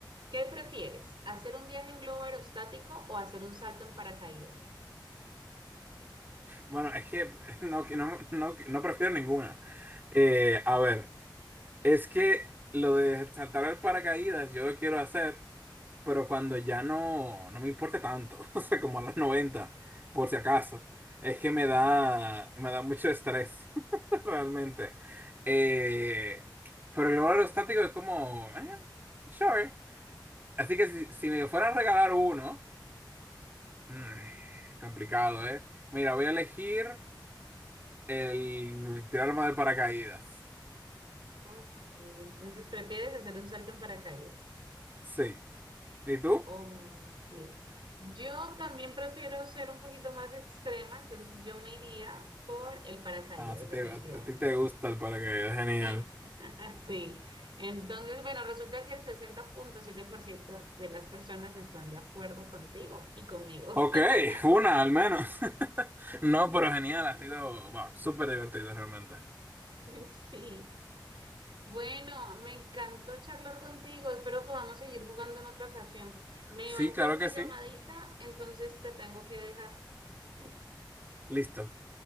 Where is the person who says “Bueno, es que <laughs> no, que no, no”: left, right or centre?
Right